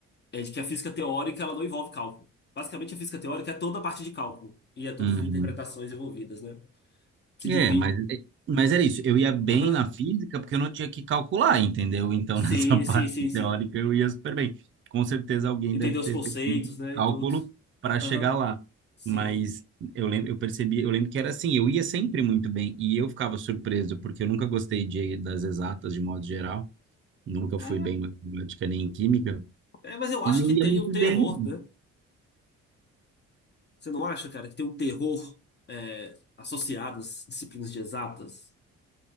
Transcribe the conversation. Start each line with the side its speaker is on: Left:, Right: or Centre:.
Left: é de que a física teórica ela não envolve cálculo. Basicamente, a física teórica é toda a parte de cálculo e é todas
Right: Uhum.
Left: as interpretações envolvidas, né? Se
Right: É,
Left: divide.
Right: mas, é, mas era isso. Eu ia bem
Left: Aham.
Right: na física porque eu não tinha que calcular, entendeu? Então,
Left: Sim,
Right: <laughs> nessa parte
Left: sim, sim,
Right: teórica,
Left: sim.
Right: eu ia super bem. Com certeza, alguém
Left: Entender
Right: deve ter
Left: os conceitos,
Right: feito um
Left: né?
Right: cálculo
Left: E tudo.
Right: para
Left: Aham.
Right: chegar lá.
Left: Sim.
Right: Mas eu lembro, eu percebi, eu lembro que era assim, eu ia sempre muito bem e eu ficava surpreso porque eu nunca gostei de, das exatas de modo geral, nunca
Left: É,
Right: fui bem em matemática nem em química
Left: é, mas eu
Right: e
Left: acho
Right: eu
Left: que tem
Right: ia muito
Left: o terror,
Right: bem.
Left: né? Você não acha, cara, que tem um terror é, associado às disciplinas de exatas?